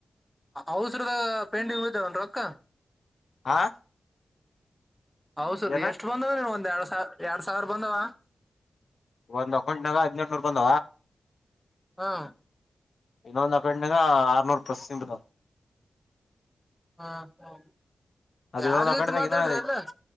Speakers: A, in the centre; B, on the left.
A: ಔಸರದ ಪೇಂಡಿಂಗ್ ಇದೆಾವನ್ ಅಕ್ಕ
B: ಹಾ
A: ಹೌದಸರ್
B: ಏನ
A: ಎಷ್ಟು ಬಂದವ ನೀವ ಒಂದ್ ಎರಡ್ ಸಾವ ಎರಡ್ ಸಾವಿರ ಬಂದವ
B: ಒಂದ್ ಅಕೌಂಟ್ನಾಗ ಹದಿನಂಟುನೂರು ಬಂದ
A: ಹಾ
B: ಇನ್ನೊಂದು ಅಕಂಗ ಆರ್ನೂರು ಪ್ಲಸ್ ತಿಂದ
A: ಹಾ ಹಾ
B: ಅದ
A: ಯಾರ
B: ಇನ್ನೊಂದ್ ಅಕೌಂಟ್ನಾಗ
A: ರೀತಿ ಮಾತಾಡ್ರಿ
B: ಇನ್ನ
A: ಎಲ್ಲ